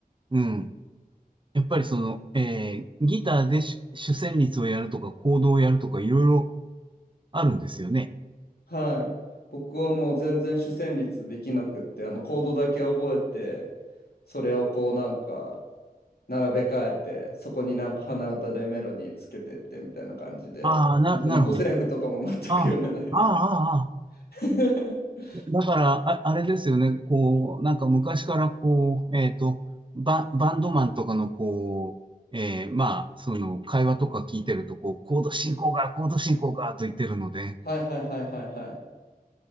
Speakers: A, on the right; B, on the left.
A: うん。やっぱりその、えー、ギターで主、主旋律をやるとか、コードをやるとか、いろいろあるんですよね。
B: はい。僕はもう全然主旋律できなくって、あのコードだけ覚えて、それをこうなんか並べ替えて、そこになんか鼻歌でメロディーつけてってみたいな感じで、
A: ああ、な、
B: 本当に五線譜とかも全く読めないです。
A: なるほど。ああ、ああ、ああ。
B: <laughs>
A: だから、あ、あれですよね。こう、なんか昔からこう、えっと、バ、バンドマンとかのこう、えー、まあ、その、会話とか聞いてると、こう、コード進行が、コード進行が、と言ってるので、
B: はいはいはいはいはい。